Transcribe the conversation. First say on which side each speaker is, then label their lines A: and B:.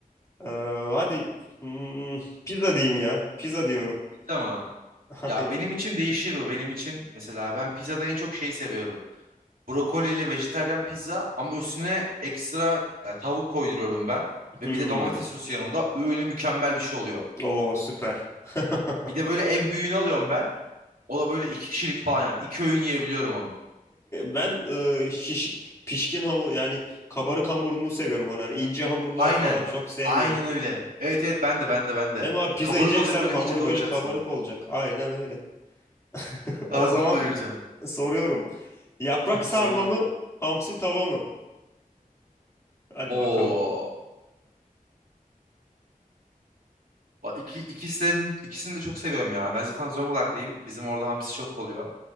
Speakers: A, on the left; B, on the right.
A: Ee, hadi hmm, pizza diyeyim ya. Pizza diyorum.
B: Pizza mı?
A: <laughs>
B: Ya
A: Aynen.
B: benim için değişir bu. Benim için mesela ben pizzada en çok şey seviyorum. Brokoliyle vejetaryen pizza ama üstüne ekstra e, tavuk koyduruyorum ben.
A: Hmm.
B: Ve bir de domates sosu yanında öyle mükemmel bir şey oluyor.
A: Oo süper. <laughs>
B: Bir de böyle en büyüğünü alıyorum ben. O da böyle iki kişilik falan yani. İki öğün yiyebiliyorum onu.
A: Ben e, şişik pişkin hamur yani kabarık hamurunu seviyorum ona. Hani ince hamurlar
B: Aynen.
A: falan çok sevmiyorum.
B: Aynen öyle. Evet evet ben de ben de ben de.
A: Değil mi abi? Pizza
B: Kabarık
A: yiyeceksen
B: olacak böyle
A: hamuru
B: iyice doyacaksın.
A: böyle kabarık olacak. Aynen öyle. <laughs> O
B: Karnını
A: zaman
B: doyuracaksın.
A: soruyorum. Yaprak
B: <laughs>
A: sarma
B: Sonra bakayım.
A: mı? Hamsi tava mı? Hadi
B: Oo.
A: bakalım.
B: Bak iki, ikisinin, ikisini de çok seviyorum ya. Ben zaten Zonguldaklıyım. Bizim orada hamsi çok oluyor.